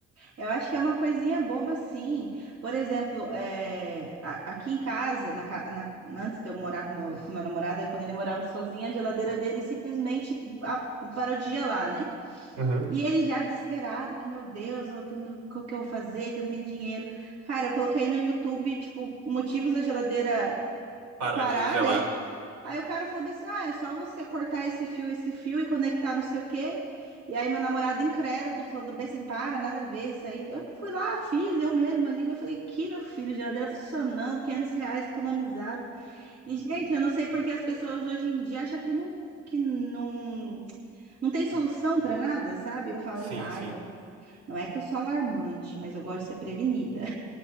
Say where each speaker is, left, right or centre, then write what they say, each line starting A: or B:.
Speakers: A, on the right; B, on the right.
A: eu acho que é uma coisinha boba, sim. Por exemplo, é, a- aqui em casa, na ca- na- antes de eu morar com meu, com meu namorado, é quando ele morava sozinho, a geladeira dele simplesmente a- parou de gelar, né?
B: Aham.
A: E ele já desesperado, que meu Deus, o que, eu não- o que eu vou fazer, que eu não tenho dinheiro. Cara, eu coloquei no YouTube, tipo, motivos da geladeira
B: Parar
A: parar,
B: de gelar.
A: né? Aí o cara falou bem assim: ah, é só você cortar esse fio, esse fio e conectar não sei o quê. E aí meu namorado incrédulo falando bem assim: para, nada a ver isso aí. Eu fui lá, fiz eu mesma ali. Eu falei: que meu filho, geladeira funcionando, 500 reais economizado. E gente, eu não sei porque as pessoas hoje em dia acham que não, que não, não tem solução para nada, sabe? Eu falo:
B: Sim,
A: ah,
B: sim.
A: eu, não é que eu sou alarmante, mas eu gosto de ser prevenida.